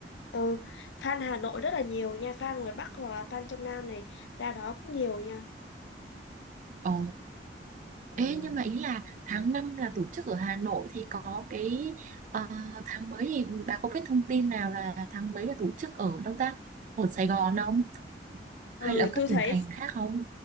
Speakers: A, on the left; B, on the right.
A: Ừ, fan Hà Nội rất là nhiều nha, fan ngoài Bắc hoặc là fan trong Nam này ra đó cũng nhiều nha.
B: Ờ,
A: Ừ.
B: ê nhưng mà ý là tháng 5 là tổ chức ở Hà Nội thì có cái ờ, tháng mấy thì bà có biết thông tin nào là tháng mấy là tổ chức ở đâu ta? Ở Sài Gòn không? Hay
A: Ừ,
B: là ở các
A: tôi
B: tỉnh
A: thấy
B: thành khác không?